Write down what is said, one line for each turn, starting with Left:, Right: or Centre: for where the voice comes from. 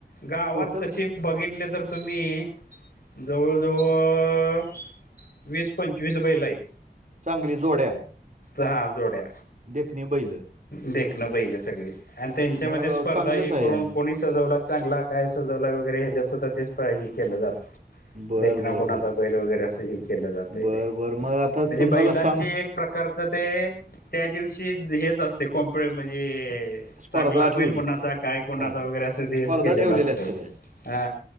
Left: गावात
Right: टोटल
Left: तसे बघितले, तर तुम्ही जवळजवळ वीस पंचवीस बैल आहेत.
Right: चांगली जोड्या.
Left: हा जोड्या
Right: देखणी बैल
Left: देखणं बैल सगळे आणि त्यांच्यामध्ये,
Right: मग राव
Left: स्पर्धा
Right: चांगलंच
Left: हे
Right: आहे.
Left: करून कोणी सजवला चांगला. काय सजवलं वगैरे ह्याच्यात सुद्धा तेच, केलं जात
Right: बरं,
Left: देखना
Right: बरं,
Left: कुणाचा
Right: बरं.
Left: बैल वगैरे अस हे केलं जातय,
Right: बरं,
Left: ते
Right: बरं. मग आता
Left: म्हणजे
Right: तुम्हाला
Left: बैलांची
Right: सन
Left: एक प्रकार ते त्या दिवशी हेच असते. कोंपळे म्हणजे.
Right: स्पर्धा
Left: चांगला बैल
Right: ठेवले
Left: कोणाचा काय कोणाचा
Right: हा हा.
Left: वगैरे असं तेच,
Right: स्पर्धा
Left: केलेलं
Right: ठेवलेल्या
Left: असत
Right: असत्या
Left: तेे
Right: त्या
Left: ह